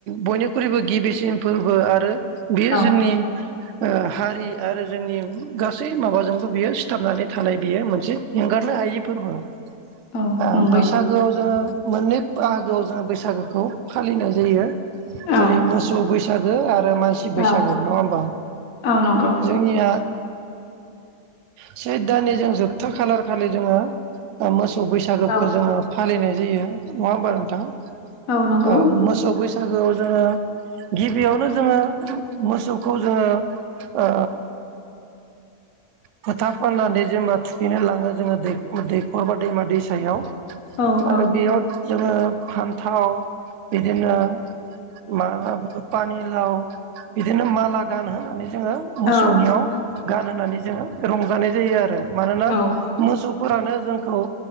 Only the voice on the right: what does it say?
बयनिख्रुइबो गिबिसिन फोरबो आरो बेयो
जोंनि ओ हा रि आरो जोंनि गासै माबाजोंबो बियो सिथाबनानै थानाय बियो मोनसे एंगारनो हायै फोरबो ।
ओ
बैसागोआव जोङो मोननै बाहागोआव जों बैसागोखौ फालिनाय जायो
जेरै मोसौ बैसा सागो आरो मानसि
बैसागो नङा ओमबा?
जोंनिया सैद दाननि जों जोबथा खालार खालि जोङो ओ मौ सौ बैसागोखौ
जोङो फालिनाय जायो नङा ओमबा नोंथां?
ओ मोसौ बैसा गोआव जोङो गिबियावनो जोङो मोसौखौ जोङो ओ फोथा फोननानै जेनेबा थुखैनो लाङो जोङो दै दैखर बा दैमा दैसायाव ।
आरो
बेयाव जोङो फान्थाव बिदिनो माबा पानिलाव बिदिनो माला गान होनानै जोङो मोसौनियाव
गान होनानै जों रंजानाय जायो आरो मानोना
मोसौफोरानो जोंखौ